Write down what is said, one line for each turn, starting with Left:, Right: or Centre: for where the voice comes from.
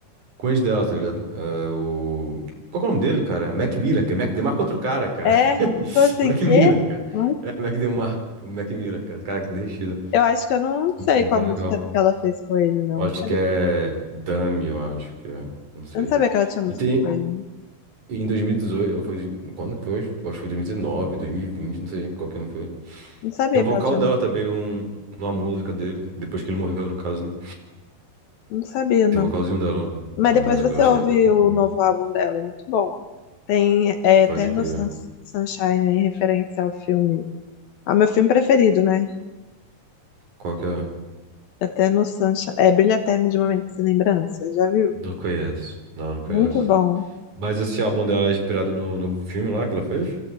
Right: Com o ex dela, tá ligado? É, o... Qual que é o nome dele, cara? Mac Miller, cara. Mac DeMarco é outro cara, cara.
Left: É,
Right: <laughs>
Left: tô assim,
Right: O Mac
Left: quê?
Right: Miller, cara.
Left: Hã?
Right: É, Mac DeMarco. Mac Miller, cara. Cara, que deixido.
Left: Eu acho que eu não
Right: Mac
Left: sei
Right: Miller
Left: qual música
Right: é legal.
Left: que ela fez com ele, não.
Right: Eu acho
Left: não sabia,
Right: que é Dummy, eu acho que é. Não sei.
Left: eu não sabia que ela tinha música
Right: E tem.
Left: com ele.
Right: Em 2018, ou foi. Quando que foi? Eu acho que foi 2019, 2020, não sei qual que não foi.
Left: Não sabia
Right: Tem um
Left: que
Right: vocal
Left: ela tinha.
Right: dela também num, numa música dele, depois que ele morreu, no caso, né?
Left: Não sabia, não.
Right: Tem um vocalzinho dela num-
Left: Mas
Right: numa
Left: depois
Right: música,
Left: você
Right: eu acho
Left: ouve
Right: que é. Good
Left: o
Right: News.
Left: novo álbum dela, é muito bom. Tem é,
Right: Pode
Left: Eterno
Right: crer.
Left: Sun- Sunshine em referência ao filme. Ao meu filme preferido, né?
Right: Qual que é?
Left: Eterno Sunshine. É Brilho Eterno de uma Mente Sem Lembrança. Já viu?
Right: Não conheço. Não, não conheço.
Left: Muito bom.
Right: Mas esse álbum dela é inspirado no novo filme lá que ela fez?